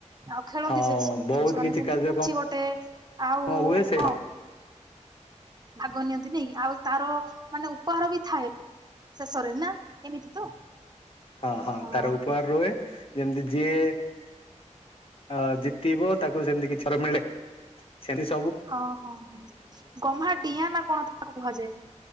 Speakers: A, on the right; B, on the left.
A: ଆଉ ଖେଳନ୍ତି
B: ହଁ
A: ସେ ସବୁ
B: ବହୁତ
A: ଜିନ୍ଷ ମାନେ
B: କିଛି
A: ଯେମ୍ତି
B: କାର୍ଯ୍ୟକ୍ରମ
A: ପୁଚି ଗୋଟେ ଆଉ
B: ହୁଏ ସେ
A: ହଁ ଭାଗ ନିଅନ୍ତି ନେଇ କି ଆଉ ତାର ମାନେ ଉପହାର ବି ଥାଏ। ଶେଷରେ ନା ଏମିତି ତ
B: ହାଁ ହାଁ
A: ହଁ
B: ତାର ଉପଆର
A: ହଁ ହଁ
B: ଯେମିତି ଯିଏ ଆ ଜିତିବ ତାକୁ ସେମ୍ତି କି ଥର ମିଳେ ସେମ୍ତିସ୍
A: ହଁ ହଁ ହଁ ଗହ୍ମା ଦିଆଁ ନା କଣତ୍ ତାକୁ କୁହାଯାଏ।